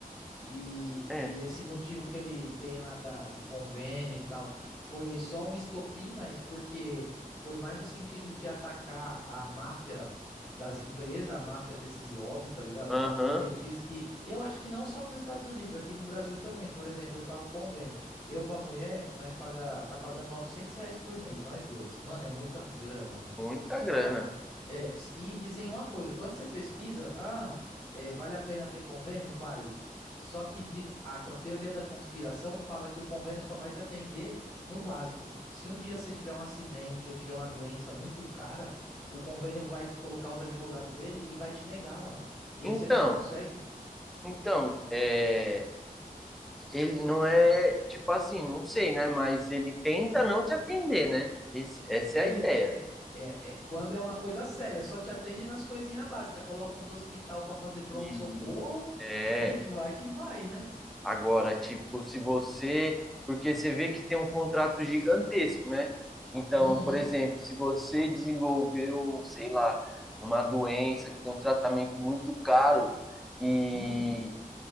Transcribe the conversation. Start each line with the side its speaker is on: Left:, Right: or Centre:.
Left: E,
Centre: é.
Left: e esse motivo que ele tem lá da, do convênio e tal foi só um estopim, mas porque foi mais no sentido de atacar a máfia das empresas, a máfia desses lobby, tá ligado?
Centre: Aham.
Left: Porque diz que. Eu acho que não só nos Estados Unidos, aqui no Brasil também. Por exemplo, eu pago convênio. Eu pra mulher, nós paga, tá pagando 900 reais por mês, nós dois. Mano, é muita grana, viado.
Centre: Muita grana.
Left: Nove... É, e dizem uma coisa, quando você pesquisa, ah, é, vale a pena ter convênio? Vale. Só que de- a, co- a teoria da conspiração fala que o convênio só vai te atender no básico. Se um dia você tiver um acidente ou tiver uma doença muito cara, o convênio vai colocar os advogados dele e vai te negar, mano. E
Centre: Então,
Left: aí você não consegue.
Centre: então, é, ele não é, tipo assim, não sei, né? Mas ele tenta não te atender, né? Esse- essa
Left: Ele
Centre: é a ideia.
Left: é- é- é- quando é uma coisa séria, só te atende nas coisinhas básicas. Coloca uns hospital pra fazer pronto-socorro
Centre: Isso. É,
Left: e vai que vai, né?
Centre: agora, tipo, se você. Porque você vê que tem um contrato gigantesco, né? Então,
Left: Uhum.
Centre: por exemplo, se você desenvolveu, sei lá, uma doença que tem um tratamento muito caro, e,
Left: Hum.